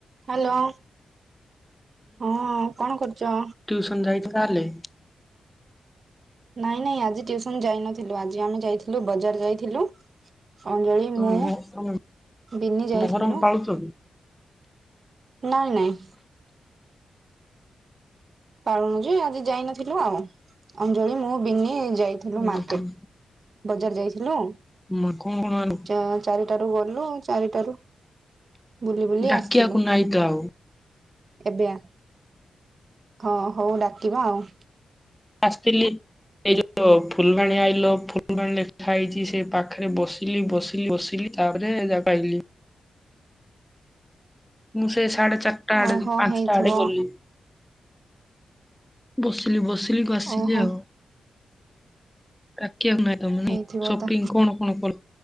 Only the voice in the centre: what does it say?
ଟ୍ୟୁଶନ୍ ଯାଇତ ବାହାରିଲି।
ତମେ
ମୋ ତମେ
ମହରମ ପାଳୁଛ କି?
ଉଁ
ହୁଁ
ମା କଣ ଆଇଁଲୁ?
ଡାକିବାକୁ
ନାଇଁ ତ ଆଉ
ଆସିଥିଲ। ଏଇ ଯୋଉ ଫୁଲବାଣୀ ଆଇଲ ଫୁଲବାଣୀ ଲେଖା ହେଇଛି ସେ ପାଖରେ ବସିଲି ବସିଲି ବସିଲି। ତାପରେ ଯା କାଇଲି। ମୁଁ ସେ ସାଢ଼େ ଚାଟା ଆଡ଼େ
ପାଞ୍ଚଟା
ଆଡ଼େ ଗଲି। ବସିଲି ବସିଲି ଗସିଲି
ଆଉ <unintelligible> <unintelligible>
ସପିଂ
କଣ କଣ କଲ?